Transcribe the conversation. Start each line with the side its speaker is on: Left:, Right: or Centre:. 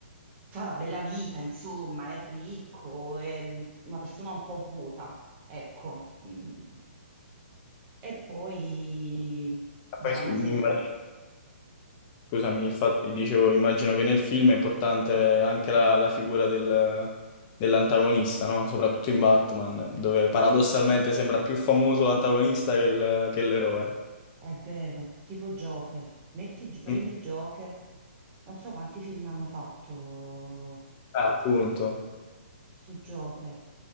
Right: fa la bella vita, insomma, è ricco, è mh, una persona un po' vuota, ecco. Mm. E poi, diciamo,
Left: Poi sì, immagino-
Right: sì,
Left: scusami, il fatto, dicevo, immagino che nel film è importante anche la, la figura del- dell'antagonista, no? Soprattutto in Batman, dove paradossalmente sembra più famoso l'antagonista che il- che l'eroe.
Right: è vero, tipo Joker, metti, prendi
Left: Mm.
Right: Joker, non so quanti film hanno fatto
Left: Ah, appunto.
Right: su Joker.